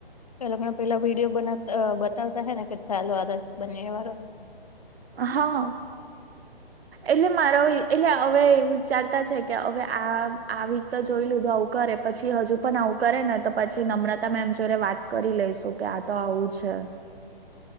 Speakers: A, on the left; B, on the right.
A: પેને પેલા વિડીયો બનાવતા બતાવતા હે ને કે ચાલો આદ બને વાળો
B: હા એટલે મારો એટલે હવે એવું વિચારતા છે કે હવે આ આ વીક તો જોઈ લીધું આવું કરે પછી હજુ પણ આવું કરે ને તો પછી નમ્રતા મેમ જોરે વાત કરી લઈ શું કે આ તો આવું છે.